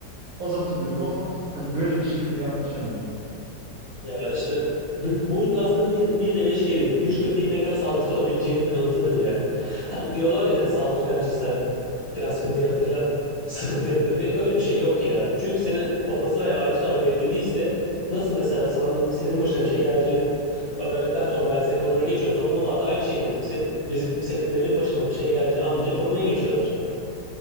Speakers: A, on the right; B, on the left.
A: az hatırlıyorum ama hani böyle bir şey bile yapmış yani bu.
B: Ya işte bu, bu aslında bir, bir nevi şeydir. Bir köpeğin ne kadar sadık <laughs> olabileceğinin kanıtıdır ya. Hani diyorlar ya saldırgan cinsten falan sıkıntı yaratır falan sıkıntı yaratır diye. Öyle bir şey yok ya. Çünkü senin babası veya ailesi olarak belli değilse nasıl mesela sana, senin başına bir şey geleceğini öğrendikten sonra ben seni korumaya geçiyorsam onlar da aynı şekilde se- biz, senin benim başıma bir şey geleceğini anlayınca korumaya geçiyorlar.